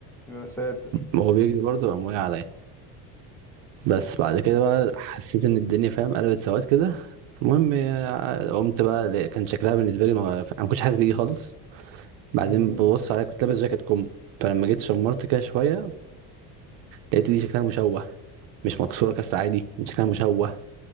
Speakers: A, in the centre; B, on the right.
A: يا ساتر
B: وهو بيجري برضه قام واقع عليا بس بعد كده بقى حسيت ان الدنيا فاهم قلبت سواد كده المهم آه، قمت بقى ل- كان شكلها بالنسبه لي ما انا ما كنتش حاسس بيه خالص بعدين
A: امم
B: ببص عليها كنت لابس جاكيت كم فلما جيت شمرت كده شويه لقيت دي شكلها مشوه مش مكسوره كسر عادي شكلها مشوه